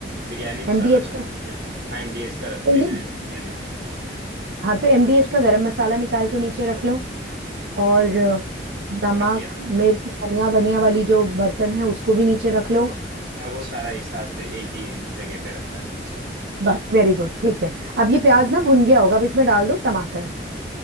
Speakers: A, on the right; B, on the right.
A: बिरयानी
B: एमडीएच
A: मसाला तो
B: का
A: नहीं अ, हाँ एमडीएच का रखते
B: कोई नहीं
A: हैं बिरयानी ठीक है
B: हाँ तो एमडीएच का गरम मसाला निकाल के नीचे रख लो और
A: ठीक है वो रख
B: नमक
A: वो रख लिया मैंने
B: मिर्च धनिया वनिया वाली जो बर्तन
A: वो,
B: है उसको भी नीचे रख लो
A: वो, हाँ, वो सारा एक साथ एक ही जगह पे रखा है वो सारा कुछ
B: बस वेरी गुड ठीक है अब ये प्याज ना भुन गया होगा अब इसमें डाल दो टमाटर